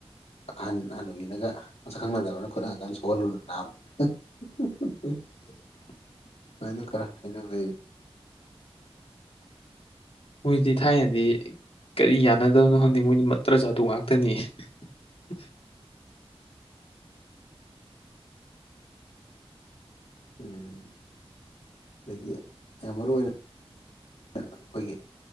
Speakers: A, on the left; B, on the left.
A: ꯑꯍꯟ ꯑꯍ ꯅꯨꯕꯤꯅꯒ ꯃꯁꯛ ꯈꯪꯅꯗꯕꯅ ꯈꯨꯠꯅꯉ ꯀꯥꯟ ꯁꯣꯛꯍꯜꯂꯨꯅ ꯅꯥꯕ ꯎ ꯎ ꯎ ꯃꯅ ꯀꯅ ꯂꯩ
B: ꯃꯣꯏꯁꯤꯗꯤ ꯊꯥꯏꯅꯗꯤ ꯀꯔꯤ ꯌꯥꯅꯗꯕꯅꯣ ꯈꯪꯗꯦ ꯃꯣꯏꯗꯤ ꯃꯠꯇ꯭ꯔ ꯆꯥꯗꯣꯛ ꯉꯥꯛꯇꯅꯤ <inaudible> <unintelligible>
A: ꯎꯝ ꯑꯗꯒꯤ ꯌꯥꯝ ꯃꯔꯨ ꯑꯣꯏꯅ ꯑꯩꯈꯣꯏꯒꯤ